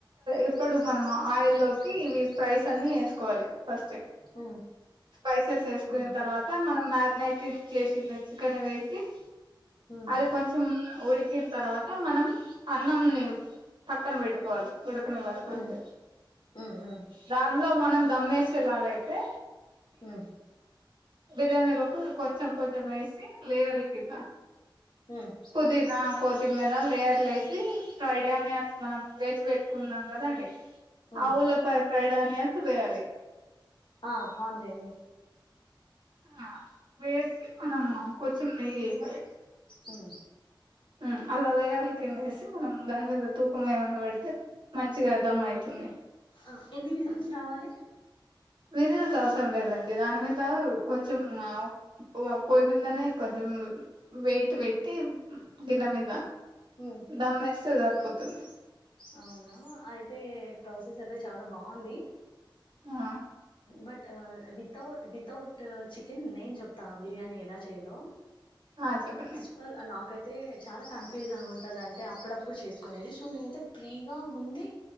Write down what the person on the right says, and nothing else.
ఇప్పుడు మనం ఆయిల్లోకి ఇవి ఫ్రైస్ అన్నీ ఏస్ కోవాలి ఫస్ట్
స్పైసెస్ వేసుకునిన్
తర్వాత మనం మారినేట్ చేసిన చికెన్ వే <unintelligible>
అది కొంచం ఉడుకిన్ తర్వాత మనం అన్నంని పక్కన పెట్టుకోవాలి ఉడకనివ్వాలి ఫస్ట్
దాన్లో మనం దమ్మేసేలాగైతే
బిర్యానిలొకు కొంచెం కొంచెం వేసి లేయర్ల కింద
పుదీనా కొత్తిమీర్ అ లెయర్లేసి ఫ్రైడ్ ఆనియన్స్ మనం వేచి పెట్టుకున్నాం కదండి
అవులపా ఫ్రైడ్ ఆనియన్స్ వేయాలి
ఆ వేసి మనము కొంచెం నెయ్యి వేయాలి
ఉమ్ అలా వేయాల కింద వేసి మనం దాని మీద తూపం ఏమైనా పెడితే మంచిగా దమ్ అయితుంది
విజిల్స అవసరం లేదండి దాని మీద కొంచెం పో పోయిమిందనే
కొంచెం వెయిట్ పెట్టి గిన్నె మీద
దమ్ ఎస్తే జార్ పోతుంది
ఆ
ఆ చెప్పండి